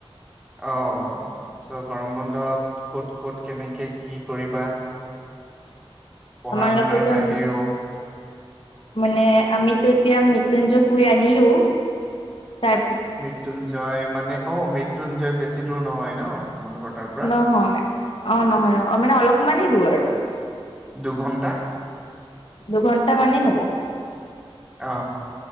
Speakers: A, in the centre; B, on the left (about 60°).
A: অ চ গৰম বন্ধত ক'ত ক'ত কেনেকে কি কৰিবা? পঢ়া
B: আমাৰ
A: শুনাৰ
B: লকৈতম
A: বাহিৰেও
B: মানে আমিতো এতিয়া মৃত্যুঞ্জয় ফুৰ আহিলো। তাইপ
A: মৃত্যুঞ্জয় মানে অ মৃত্যুঞ্জয় বেছি দূৰ নহয় ন তোমালোকৰ তাৰ পৰা?
B: নহয়। অ নহয় নহয় মানে অলপমানানে দূৰ আৰু।
A: দুঘণ্টা।
B: দুঘণ্টা মানে হব।
A: অ।